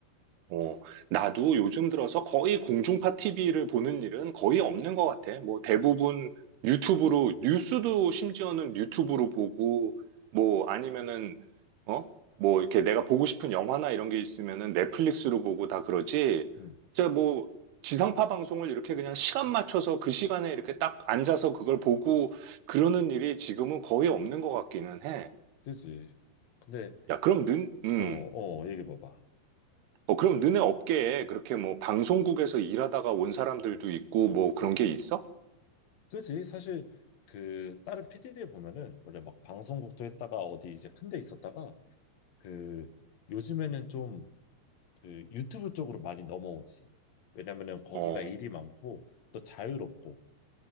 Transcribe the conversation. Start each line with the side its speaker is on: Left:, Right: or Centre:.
Right: 어, 나도 요즘 들어서 거의 공중파 TV를 보는 일은 거의 없는 것 같아. 뭐 대부분 유튜브로, 뉴스도 심지어는 유튜브로 보고, 뭐 아니면은, 어? 뭐 이렇게 내가 보고 싶은 영화나 이런 게 있으면은 넷플릭스로 보고 다 그러지.
Left: 응.
Right: 진짜 뭐 지상파 방송을 이렇게 그냥 시간 맞춰서 그 시간에 이렇게 딱 앉아서 그걸 보고 그러는 일이 지금은 거의 없는 것 같기는 해.
Left: 그지. 근데
Right: 야, 그럼 는, 음.
Left: 어, 어, 얘기해 봐봐.
Right: 어, 그럼 너네 업계에 그렇게 뭐 방송국에서 일하다가 온 사람들도 있고 뭐 그런 게 있어?
Left: 그지? 사실 그 다른 p 디 d 에 보면은 원래 막 방송국도 했다가 어디 이제 큰데 있었다가 그 요즘에는 좀 그 유튜브 쪽으로 많이 넘어오지. 왜냐면은 거기가
Right: 어,
Left: 일이 많고 또 자유롭고